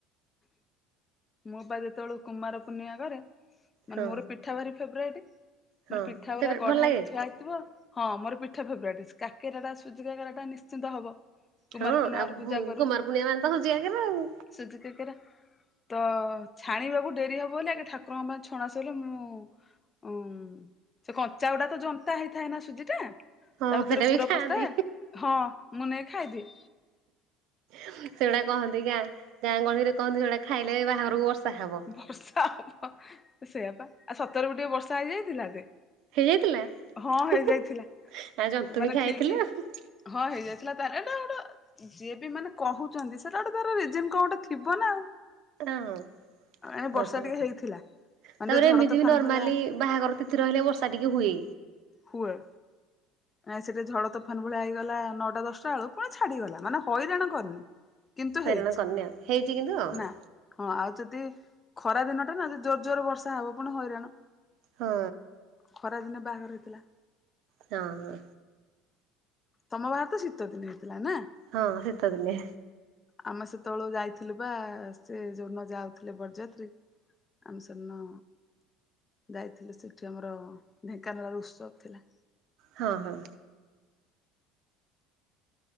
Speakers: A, on the left; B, on the right.
A: ମୁଁ ପା ଯେତେବେଳୁ କୁମାର ପୂର୍ଣ୍ଣିମା କରେ ମାନେ
B: ହଁ।
A: ମୋର ପି ପିଠା ଭାରି ଫେବରାଇଟ୍
B: ହଁ
A: ମାନେ ପିଠା
B: ଫେବରାଇଟ
A: ପୁରା ଗଢା
B: ଭଲ ଲାଗେ
A: ହେଇକି ଥୁଆ ହେଇଥିବ ହଁ ମୋର ପିଠା ଫେବରାଇଟ୍ କାକେରା ଟା ସୁଜି କାକରାଟା ନିଶ୍ଚିନ୍ତ ହବ। କୁମାର
B: ହଁ
A: ପୂର୍ଣ୍ଣିମାରେ
B: ଆଉ
A: ପୂଜା
B: ଗୁ
A: କରୁ
B: କୁମାର ପୂର୍ଣ୍ଣିମା ମାନେ ତ ହଉଚି ଏକେରେ ଆଉ।
A: ସୁଜି କାକେରା ତ ଛାଣିବାକୁ ଡେରି ହବ ବୋଲି ଆଗେ ଠାକୁରଙ୍କ ପାଇଁ ଛଣା ସଇଲେ ମୁଁ ଉଁ ସେ କଞ୍ଚାଗୁଡା ତ ଜନ୍ତା ହେଇଥାଏ ନା ସୁଜି ଟା ତା
B: ହଁ
A: ଭିତରେ
B: ସେଇଟା ବି
A: ପୁର
B: ଖାଆନ୍ତି
A: ପସ୍ ଥାଏ ହଁ ମୁଁ ନେଇକି ଖାଇ ଦିଏ।
B: ସେଗୁଟା କହନ୍ତି ଗାଁ ଗାଁ ଗହଳିରେ କହନ୍ତି ସେଟା ଖାଇଲେ ବାହାଘରକୁ ବର୍ଷା ହବ।
A: ବର୍ଷା ହବ ସେଇଆ ବା ଆ ସତରେ ବି ଗୋଟିଏ ବର୍ଷା ହେଇଯାଇଥିଲା ଯେ।
B: ହେଇଯାଇଥିଲା
A: ହଁ ହେଇଯାଇଥିଲା।
B: ହୁ ହୁ ଆଉ ଯନ୍ତୁଣୀ
A: ମାନେ
B: ଖାଇଥିଲେ
A: ଠିକ
B: ଆଉ।
A: ହଁ ହେଇଯାଇଥିଲା ତାହେଲେ ଏଟା ଗୋଟେ ଯିଏ ବି ମାନେ କହୁଚନ୍ତି ସେଟା ଗୋଟେ ତାର ରିଜନ କଣ ଗୋଟେ ଥିବ ନା ଆଉ।
B: ଆଉଁ ସତ
A: ଏ ବର୍ଷା
B: କଥା
A: ଟିକେ ହେଇଥିଲା ମାନେ
B: ତାପରେ
A: ଟିକେ ଝଡ
B: ଏମିତି
A: ତୋଫାନ
B: ବି ନର୍ମାଲି
A: ଭଳିଆ
B: ବାହାଘର ତିଥି ରହିଲେ ବର୍ଷା ଟିକେ ହୁଏ।
A: ହୁଏ। ନାଇ ସେଟା ଝଡ ତୋଫାନ ଭଳିଆ ହେଇଗଲା ନଅଟା ଦଶଟା ଆଳୁ ପୁଣି ଛାଡିଗଲା ମାନେ ହଇରାଣ କରିନି। କିନ୍ତୁ
B: ହାଇରାଣ
A: ହେଇଛି
B: କରନି ଆଉ ହେଇଚି କିନ୍ତୁ ଆଉ।
A: ନା ହଁ ଆଉ ଯଦି ଖରା ଦିନଟା ନା ଯଦି ଜୋର ଜୋର ବର୍ଷା ହବ ପୁଣି ହଇରାଣ।
B: ହଁ।
A: ଖରାଦିନେ ବାହାଘର ହେଇଥିଲା।
B: ହଁ ହଁ।
A: ତମ ବାହାଘର ତ ଶୀତଦିନ ହେଇଥିଲା ନା?
B: ହଁ ଶିତ ଦିନେ।
A: ଆମେ ସେତେବେଳୁ ଯାଇଥିଲୁ ବା ସେ ଯୋନ ଯାଉଥିଲେ ବର୍ଯାତ୍ରୀ ଆମେ ସେ ଦିନ ଯାଇଥିଲେ ସେଠି ଆମର ଢେଙ୍କାନାଳ ର ଉତ୍ସବ ଥିଲା।
B: ହଁ ହଁ।